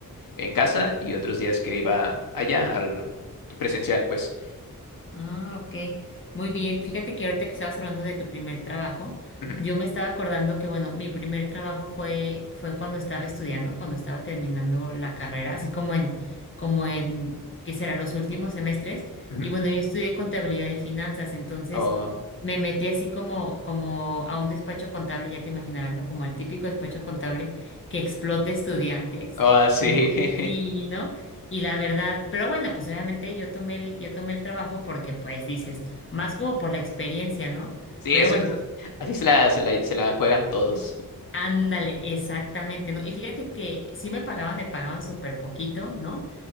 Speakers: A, on the left (about 70°); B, on the left (about 35°).
A: en casa y otros días que iba allá al presencial, pues.
B: Ah, ok. Muy bien. Fíjate que ahorita que estabas hablando de tu primer trabajo,
A: Ujú,
B: yo me estaba acordando que, bueno, mi primer trabajo fue, fue cuando estaba estudiando, cuando estaba terminando la carrera, así como en, como en, ¿qué será? Los últimos semestres.
A: ujú.
B: Y bueno, yo estudié contabilidad y finanzas, entonces
A: Oh,
B: me metí así como, como a un despacho contable, ya te imaginarás, ¿no? Como al típico despacho contable que explota estudiantes,
A: oh, sí.
B: ¿no? Sí,
A: <laughs>
B: ¿no? Y la verdad, pero bueno, pues obviamente yo tomé el, yo tomé el trabajo porque pues dices, más como por la experiencia, ¿no?
A: Sí,
B: Pero
A: eso,
B: bueno,
A: eso, así se la, se la, se la juegan todos,
B: ándale, exactamente, ¿no? Y fíjate que sí me pagaban, me pagaban súper poquito, ¿no?